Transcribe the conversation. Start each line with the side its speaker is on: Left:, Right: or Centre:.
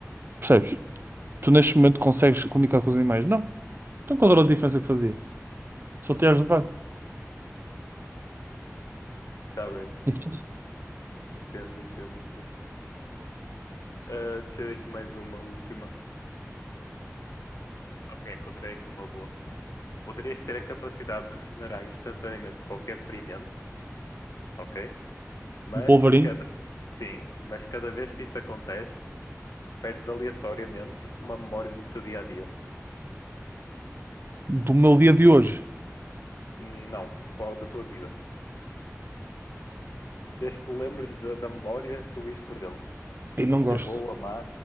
Right: percebes? Tu neste momento consegues comunicar com os animais. Não. Então qual era a diferença que fazia? Só te ia ajudar.
Left: está bem.
Right: Entende?
Left: Entendo, entendo, entendo. Ah, deixa eu ver aqui mais uma, última. Ok, encontrei aqui uma boa. Poderias ter a capacidade de regenerar instantaneamente qualquer ferimento, ok? Mas
Right: Um polvarinho
Left: cada... Sim, mas cada vez que isto acontece, perdes aleatoriamente uma memória do teu dia a dia.
Right: do meu dia de hoje.
Left: Não, de qual da tua vida. Desde que te lembres da, da memória, tu ias perdê-lo.
Right: E não
Left: Pode
Right: gosto.
Left: ser boa, má,